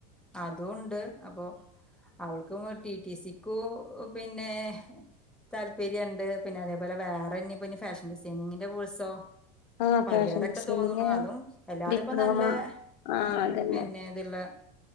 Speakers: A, in the centre; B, on the left.
A: അതും ണ്ട് അപ്പൊ അവൾക്കു ടി. ടി. സിക്കു പിന്നെ താല്പരൃണ്ട് പിന്നെ അതേപോലെ വേറെന്ന് പിന്നെ ഫാഷൻ ഡിസൈനിങ്ങിന്റെ കേഴ്സോ
B: ആ
A: പ്പ
B: ഫാഷൻ
A: അതിലേറെക്കെ
B: ഡിസൈന്
A: തോന്നുണു അതും എല്ലാത്
B: ഡിപ്ലോമ
A: ഇപ്പ നല്ലെ.
B: ആ
A: അ
B: അതന്നെ
A: പിന്നെ ഇത്ള്ള